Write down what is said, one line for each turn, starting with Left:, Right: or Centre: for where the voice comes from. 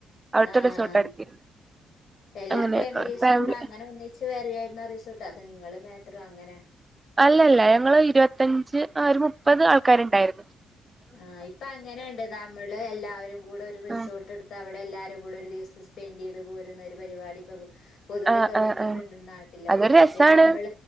Right: അവിടുത്തെ
Left: ആ
Right: റിസോർട്ട്
Left: ആ
Right: എടുത്തിരുന്നു
Left: എല്ലാ
Right: അങ്ങനെ
Left: ഫാമിലീസും
Right: ഫാമിലി
Left: കൂടെ അങ്ങനെ ഒന്നി ച്ച് വേറിയായിര്ന്നോ ആ റിസോർട്ട് അത് ന്നിങ്ങൾ മേത്രോ അങ്ങനെ
Right: അല്ലല്ലാ ഞങ്ങള് ഇരുപത്തഞ്ച് ആ ഒര് മുപ്പെത് ആൾക്കാര്ണ്ടായിരുന്നു.
Left: ആ ഇപ്പ അങ്ങനെയ്ണ്ട് നമ്മള് എല്ലാരും കൂടെ ഒരു റിസോർട്ട്
Right: ആഹ്
Left: എട്ത് ത്ത് അവ്ടെ എല്ലാരുംകൂടി ഒര് ദിവസം സ്പെന്റെയ്ത് പോരുന്നൊരു പരുവാടി ഇപ്പോ പു പൊതുവെ
Right: ആഹ്
Left: തൊടങ്ങിയിട്ട്ണ്ട്
Right: ആഹ് ആഹ്
Left: നാട്ടിലൊക്കെ
Right: അതൊരു
Left: മറ്റേ
Right: രസാണ്
Left: ന്നമ്മൾ